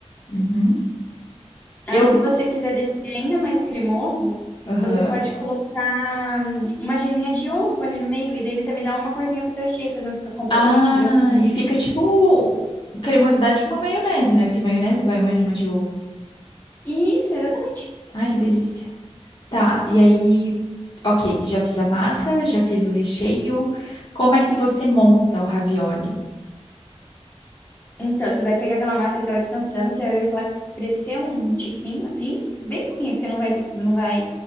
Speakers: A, on the left; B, on the left.
A: Uhum.
B: Aí,
A: Eu.
B: se você quiser deixar ele ainda mais cremoso,
A: Aham.
B: você pode colocar hum, uma geminha de ovo ali no meio, e daí ele também dá uma corzinha pro teu recheio, pra não ficar completamente
A: Ah,
B: branco, né?
A: e fica tipo cremosidade de uma maionese, né? Porque maionese vai uma gema de ovo.
B: Isso, exatamente.
A: Ai, que delícia. Tá, e aí, ok, já fiz a massa, já fiz o recheio. Como é que você monta o ravioli?
B: Então, você vai pegar aquela massa que tava descansando, você vai ver que ela cresceu um tiquinho, assim, bem pouquinho, porque não vai, ter- não vai,